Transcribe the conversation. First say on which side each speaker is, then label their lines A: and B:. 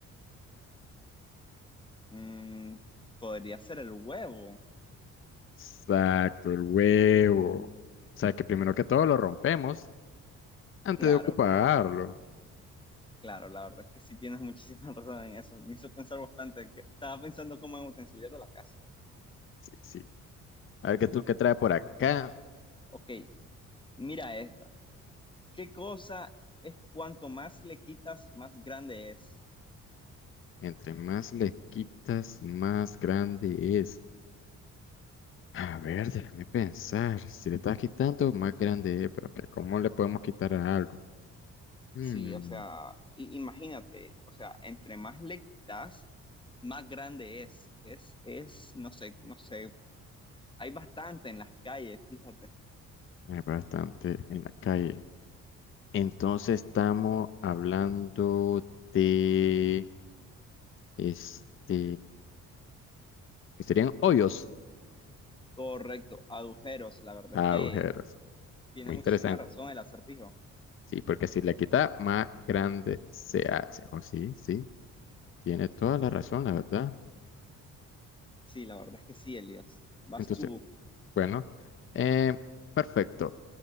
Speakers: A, on the left (about 15°); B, on the left (about 45°).
A: Mm, podría ser el huevo,
B: exacto, el huevo. O sea, que primero que todo lo rompemos antes
A: claro.
B: de ocuparlo.
A: Claro, la verdad es que sí tienes muchísima <laughs> razón en eso. Me hizo pensar bastante. que- Estaba pensando como en utensilios de la casa.
B: Sí, sí. A ver, ¿qué tú qué trae por acá?
A: Ok, mira esta. ¿Qué cosa es cuanto más le quitas, más grande es?
B: Entre más le quitas, más grande es. A ver, déjame pensar. Si le estás quitando, más grande es. Pero que ¿cómo le podemos quitar a algo? Hmm,
A: Sí, o sea, i- imagínate, o sea, entre más le quitas, más grande es. Es, es, no sé, no sé. Hay bastante en las calles, fíjate.
B: hay bastante en la calle. Entonces estamos hablando de este, que serían hoyos,
A: Correcto, agujeros. La verdad
B: agujeros.
A: es que tiene
B: Muy
A: muchísima
B: interesante.
A: razón el acertijo.
B: Sí, porque si le quita, más grande se hace. Oh, sí, sí, tiene toda la razón, la verdad.
A: Sí, la verdad es que sí, Elías. Vas
B: Entonces,
A: tú.
B: Bueno, eh, perfecto.